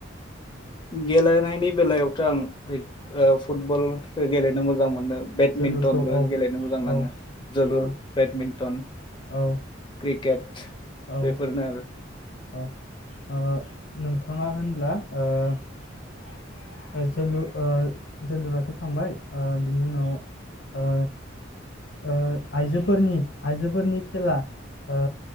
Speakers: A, on the left; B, on the left.
A: गेलेनायनि बेलायावथ' आं क्रिक ओ फुटबल गेलेनो मोजां मोनो। बेडमिन्टनबो
B: जोलुरखौ औ
A: गेलेनो मोजां नाङो
B: औ
A: जोलुर
B: औ
A: बेडमिन्टन
B: औ
A: क्रिकेट।
B: औ
A: बेफोरनो आरो।
B: औ ओ नोंथाङा होनब्ला ओ जोलुर ओ जोलुराथ' थांबाय ओ बिनि उनाव ओ ओ आइजोफोरनि आइजोफोरनि खेला ओ